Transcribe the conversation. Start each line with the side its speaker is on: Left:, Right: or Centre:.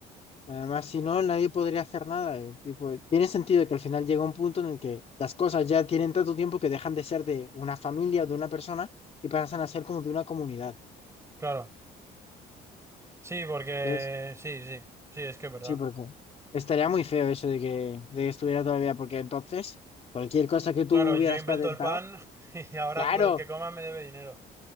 Left: Además, si no, nadie podría hacer nada. eh. Tipo, tiene sentido que al final llega un punto en el que las cosas ya tienen tanto tiempo que dejan de ser de una familia o de una persona y pasan a ser como de una comunidad.
Right: Claro, sí, porque
Left: Entonces,
Right: sí, sí, sí, es que es verdad.
Left: sí, porque estaría muy feo eso de que, de que estuviera todavía, porque entonces cualquier cosa que tú
Right: Claro,
Left: hubieras
Right: yo invento
Left: patentado,
Right: el pan <laughs> y ahora
Left: claro,
Right: todo el que coma me debe dinero.